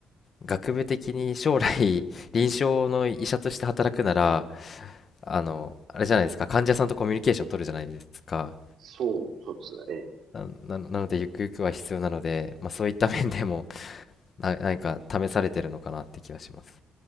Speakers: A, on the left (about 45°); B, on the right (about 65°).
A: 学部的に将来、<laughs> 臨床の医者として働くなら、あの、あれじゃないですか、患者さんとコミュニケーション取るじゃないですか。
B: そう、そうですね。ええ
A: な、ななので、ゆくゆくは必要なので、まあ、そういった面でも、な、何か試されてるのかなって気はします。